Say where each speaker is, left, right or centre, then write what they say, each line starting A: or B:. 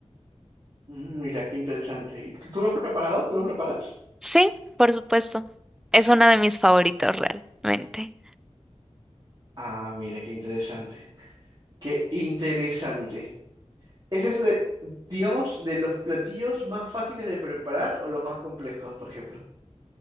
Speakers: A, on the right; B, in the centre.
A: Mm, Mira, qué interesante. ¿Y tú, tú lo has preparado? ¿Tú lo preparas?
B: Sí, por supuesto. Es uno de mis favoritos realmente.
A: Ah, mira, qué interesante. Qué interesante. ¿Ese es de, digamos, de los platillos más fáciles de preparar o los más complejos, por ejemplo?